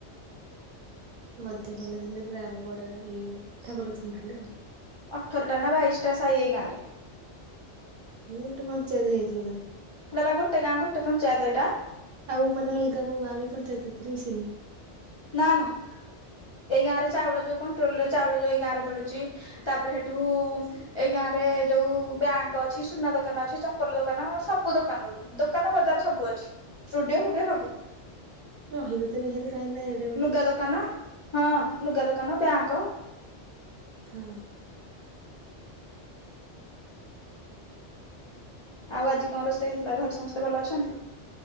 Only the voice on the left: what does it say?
ଅଠରଟା ନା ବାଇଶଟା ସାଇ ଏଇ ଗାଁରେ।
ହେଇରା ବା ଗୋଟେ ଗାଁ, ଗୋଟେ ପଞ୍ଚାୟତ ଏଇଟା।
ନା ନା। ଏଇ ଗାଁରେ ଚାଉଳ ଯୋଉ କଣ୍ଟ୍ରୋଲରେ ଚାଉଳ ଯୋଉ ଏଇ ଗାଁରେ ମିଳୁଛି ତାପରେ ସେଠୁ ଏଇ ଗାଁରେ ଯୋଉ ବ୍ୟାଙ୍କ ଅଛି, ସୁନା ଦୋକାନ ଅଛି, ଚପଲ ଦୋକାନ, ସବୁ ଦୋକାନ ଗୁରେ ଦୋକାନ ବଜାର ସବୁ ଅଛି। ଷ୍ଟୁଡିଓ ଫୁଡିଓ ସବୁ।
ଲୁଗା ଦୋକାନ, ହଁ ଲୁଗା ଦୋକାନ, ବ୍ୟାଙ୍କ
ଆଉ ଆଜି କଣ ରୋଷେଇ ହେଇଥିଲା? ଘରେ ସମସ୍ତେ ଭଲ ଅଛନ୍ତି?